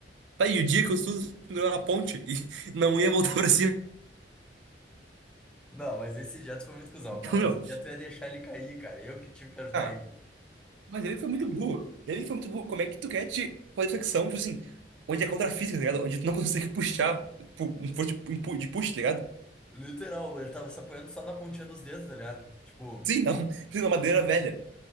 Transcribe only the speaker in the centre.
Não, mas esse dia tu foi muito cuzão, cara.
Esse dia tu ia deixar ele cair, cara. Eu que tive que ajudar
ele.
Literal, ele tava se apoiando só na pontinha dos dedos, tá ligado? Tipo,